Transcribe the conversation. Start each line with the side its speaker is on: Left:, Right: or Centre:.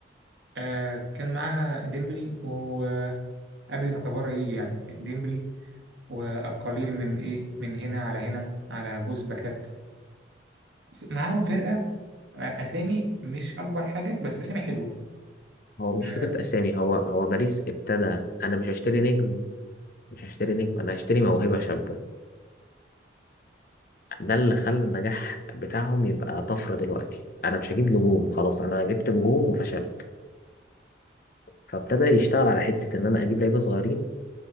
Right: آه كان معاها ديمبلي وقبل ما كفارة يجي يعني ديمبلي والقليل من إيه من هنا على هنا على جوز باكات ف- معاهم فرقة آه، أسامي مش أكبر حاجة بس أسامي حلوة
Left: هو مش
Right: آه،
Left: فكرة أسامي هو هو باريس ابتدى أنا مش هشتري نجم مش هشتري نجم أنا هشتري موهبة شابة ده اللي خلى النجاح بتاعهم يبقى طفرة دلوقتي أنا مش هجيب نجوم خلاص أنا جبت نجوم وفشلت فابتدى يشتغل على حتة إن أنا أجيب لعيبة صغيرين